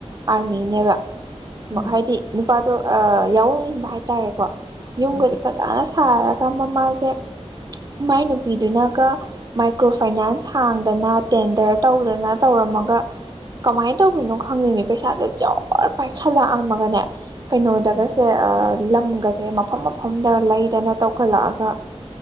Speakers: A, on the right; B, in the centre.
A: ꯑꯥꯔꯃꯤꯅꯦꯕ
B: ꯎꯝ
A: ꯍꯥꯏꯗꯤ ꯅꯨꯄꯥꯗꯣ ꯑꯥ ꯌꯥꯋꯣꯡꯏꯟꯕ ꯍꯥꯏꯇꯥꯔꯦꯀꯣ ꯌꯨꯝꯒꯖꯦ
B: ꯎꯝ
A: ꯐꯖꯅ ꯁꯥꯔꯒ ꯃꯃꯥꯁꯦ ꯃꯥꯏ ꯅꯨꯨꯄꯤꯗꯨꯅꯒ ꯃꯥꯏꯀ꯭ꯔꯣ ꯐꯥꯏꯅꯥꯟꯁ ꯍꯥꯡꯗꯅ ꯇꯦꯟꯗꯔ ꯇꯧꯗꯅ ꯇꯧꯔꯝꯃꯒ ꯀꯃꯥꯏ ꯇꯧꯒꯔꯤꯅꯣ ꯈꯪꯗ‌ꯦꯃꯤ ꯄꯩꯁꯥꯗꯣ ꯖ‌ꯣꯔ ꯄꯥꯏꯈꯠꯂꯛꯑꯝꯃꯒꯅꯦ ꯀꯩꯅꯣꯗꯒ
B: ꯎꯝ
A: ꯁꯦ ꯂꯝꯒꯁꯦ ꯃꯐꯝ ꯃꯐꯝꯗ ꯂꯩꯗꯅ ꯇꯧꯈꯠꯂꯛꯑꯒ